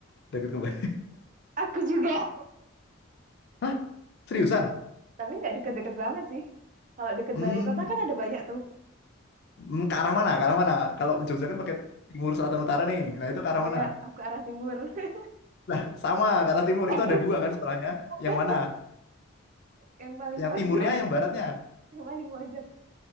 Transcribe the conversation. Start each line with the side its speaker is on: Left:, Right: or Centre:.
Left: dekat ke balai.
Right: Aku juga.
Left: Hah? Seriusan?
Right: Tapi nggak deket-deket banget sih. Kalau deket
Left: Hmm,
Right: balai kota kan ada banyak tuh.
Left: hmm, ke arah mana? Ke arah mana? Kalau Jogja kan pakai timur, selatan, utara nih. Nah itu ke
Right: Oh
Left: arah mana?
Right: ya, aku ke arah timur. <laughs>
Left: Lah, sama ke arah timur.
Right: Oh,
Left: Itu
Right: bu.
Left: ada dua kan sekolahnya.
Right: <laughs>
Left: Yang mana?
Right: Yang paling
Left: Yang
Right: pojok.
Left: timurnya, yang baratnya.
Right: Yang paling pojok.